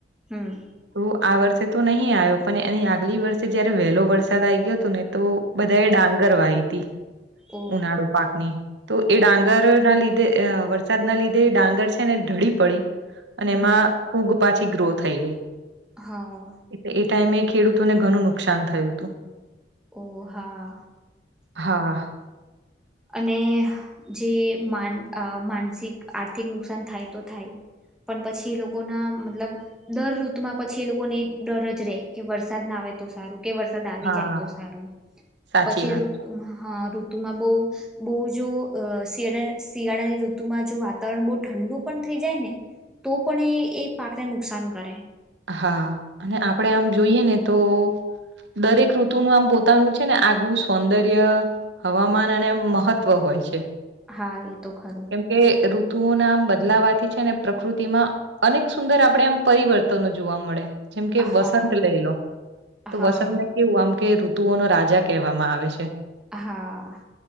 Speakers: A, in the centre; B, on the right.
A: હમ
B: તો આ વર્ષે તો નહીં આવ્યો પણ એની આગલી વર્ષે જયારે વહેલો વરસાદ આઈ ગયો હતો ને તો બધાએ
A: હમ
B: ડાંગર વાય પી.
A: ઓ
B: ઉનાળો પાકની. તો એ ડાંગર ના લીધે અ વરસાદના લીધે એ ડાંગર છે ને ઢળી પડી. અને
A: હમ
B: એમાં ફૂગ પાછી ગ્રો થઈ ગઈ.
A: હા.
B: એટલે એ ટાઈમે ખેડૂતોને ઘણું નુકસાન થયું તું.
A: ઓ હા.
B: હા.
A: અને જે માન અ માનસિક આર્થિક નુકસાન થાય તો થાય. પણ પછી એ લોકો ના મતલબ દર ઋતુમાં પછી એ લોકોને ડર જ રહે કે વરસાદ ના આ તો સારું કે વરસાદ આવી
B: હા
A: જાય તો સારું
B: સાચી
A: પછી
B: વાત
A: ઋતુમાં
B: છે.
A: હ ઋતુમાં બો બહુ જો અ શિયાળા શિયાળાની ઋતુમાં જો વાતાવરણ બો ઠંડુ પણ થઈ જાય ને તો પણ એ એ પાકને નુકસાન કરે.
B: હા અને આપડે આમ જોઈએ ને તો દરેક ઋતુનું આમ પોતાનું છે ને આગવું સૌંદર્ય હવામાન અને આમ મહત્વ હો હોય છે.
A: હા એ તો ખરું
B: કેમ કે રૂ <unintelligible> ના આમ બદલાવાથી છે અને પ્રકૃતિમાં અનેક સુંદર આપણે આમ પરિવર્તનો જોવા મળે. જેમ કે વસંત
A: હા
B: લઈ લો તો
A: હા
B: વસંતને કેવું આમ કે ઋ તુઓનો રાજા કહેવામાં આવે છે.
A: હા.